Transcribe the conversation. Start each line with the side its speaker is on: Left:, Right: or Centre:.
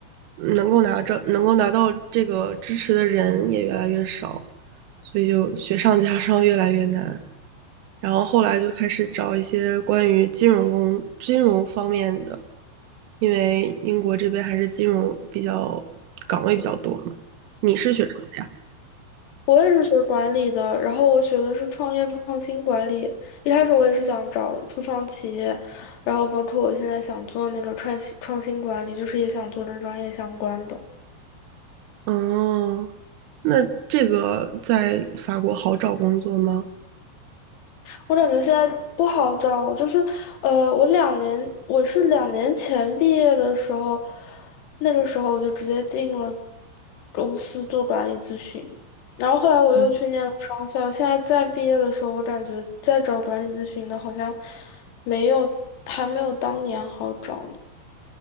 Right: 能够拿着能够拿到这个支持的人也越来越少。所以就雪上加霜，越来越难。然后后来就开始找一些关于金融工、金融方面的，因为英国这边还是金融比较岗位比较多嘛。你是学什么的呀？
Left: 我也是学管理的，然后我学的是创业创新管理。一开始我也是想找初创企业，然后包括我现在想做那个创新创新管理，就是也想做跟专业相关的。
Right: 哦，那这个在法国好找工作吗？
Left: 我感觉现在不好找，就是，呃，我两年，我是两年前毕业的时候，那个时候我就直接进了公司做管理咨询，然后后来我又去念了商校，
Right: 嗯，
Left: 现在再毕业的时候，我感觉再找管理咨询的好像没有，还没有当年好找呢